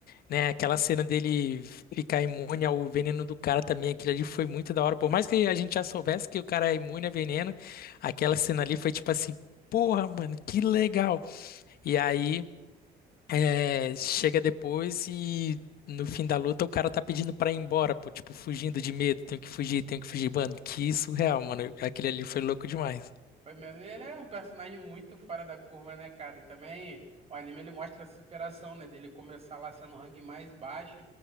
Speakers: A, on the left (about 65°); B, on the right (about 35°).
A: né? Aquela cena dele ficar imune ao veneno do cara também, aquilo ali foi muito da hora. Por mais que a gente já soubesse que o cara é imune a veneno, aquela cena ali foi tipo assim, porra, mano, que legal. E aí. É, chega depois e no fim da luta o cara tá pedindo pra ir embora, pô, tipo, fugindo de medo, tenho que fugir, tenho que fugir, mano, que surreal, mano, aquele ali foi louco demais.
B: Foi mesmo. Ele é um personagem muito fora da curva, né, cara? E também o anime ele mostra a superação, né? Dele começar lá sendo o ranking mais baixo.